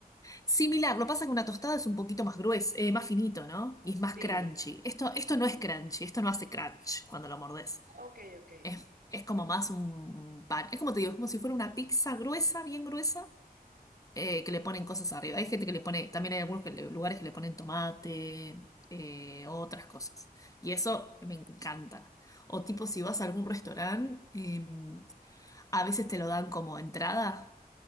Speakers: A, on the left; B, on the right.
A: Similar, lo pasa que una tostada es un poquito más gruesa, eh, más finito, ¿no? Y es más
B: Sí.
A: crunchy. Esto, esto no es crunchy, esto no hace crunch cuando lo mordes
B: Ok, ok.
A: Es, es como más un pan. Es como te digo, es como si fuera una pizza gruesa, bien gruesa, eh, que le ponen cosas arriba. Hay gente que le pone, también hay algunos que le- lugares que le ponen tomate, eh, otras cosas. Y eso me encanta. O tipo,
B: Mm.
A: si vas a algún restaurante, eh, a veces te lo dan como entrada.